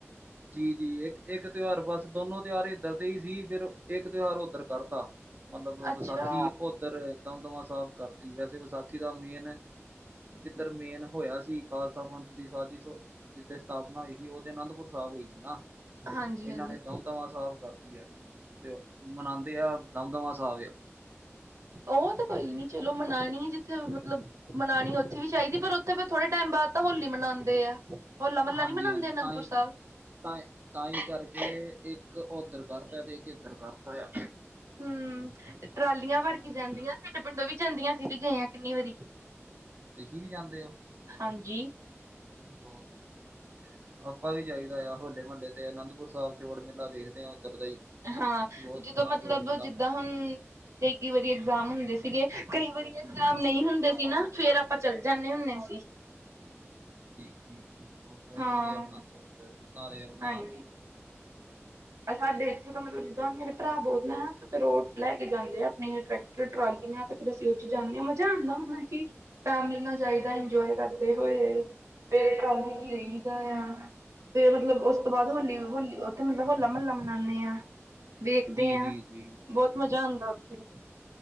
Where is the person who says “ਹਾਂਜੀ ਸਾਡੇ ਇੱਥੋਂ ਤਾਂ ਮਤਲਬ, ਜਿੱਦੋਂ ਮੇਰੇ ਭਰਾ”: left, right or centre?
Right